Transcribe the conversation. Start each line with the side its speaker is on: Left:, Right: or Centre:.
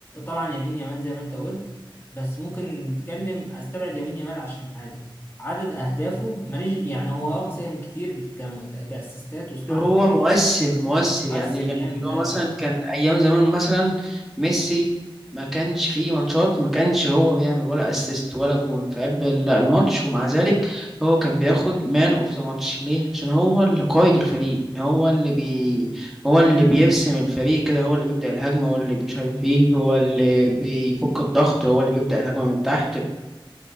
Left: طبعا يمين يامال زي ما انت قلت بس ممكن نتكلم استبعد يمين يامال عشان حاجة عدد اهدافه ماليش يعني هو اه مساهم كتير كم- كاسيستات وصناعة
Centre: هو
Left: لعب
Centre: مؤثر مؤثر
Left: مؤثر
Centre: يعني يعني
Left: جامد
Centre: اللي
Left: ايوه
Centre: هو مثلا كان ايام زمان مثلا ميسي ما كانش فيه ماتشات ما كانش هو بيعمل ولا اسيست ولا جون في قلب ال- الماتش ومع ذلك هو كان بياخد مان اوف ذا ماتش ليه عشان هو اللي قائد الفريق هو اللي بي هو اللي بيرسم الفريق كده هو اللي بيبدأ الهجمة هو اللي مش عارف ايه هو اللي بيفك الضغط هو اللي بيبدأ الهجمة من تحت